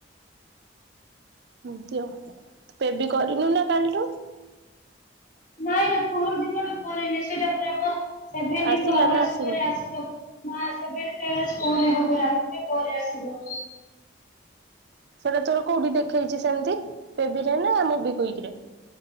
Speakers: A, on the right; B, on the left.
A: ଏମତି ଆଉ ତୁ ପେ ବି କରିନୁ ନା କାଲିଠୁ?
B: ନାଇଁ ନା ପହର ଦିନଠୁ କରିନି ସେଇଟା ଆମ ସେଭେନଟି
A: ଆସିଲା
B: ଟୁ ଆୱାରସ
A: ନା ଆସିନି?
B: ପରେ ଆସିବ। ହ ସେଭେନଟି ଆୱାରସ ପରେ ହବ ରାତିରେ ପରେ ଆସିବ।
A: ସେଟା ତୋର କୋଉଠି ଦେଖେଇଛି ସେମିତି ପେବିରେ ନା ମୁବିକୁଇକିରେ?